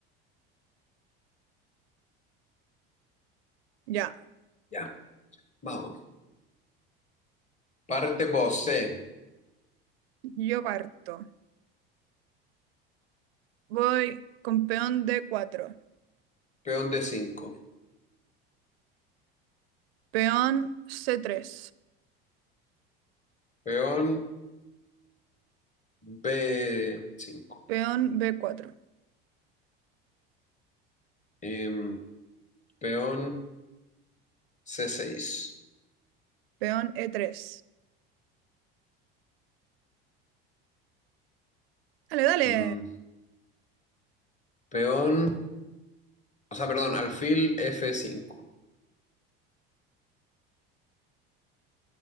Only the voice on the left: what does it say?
Ya, vamos. Parte vos, C.
Peón d cinco.
Peón b cinco.
Em, peón c seis.
Mm, peón, o sea, perdón, alfil f cinco.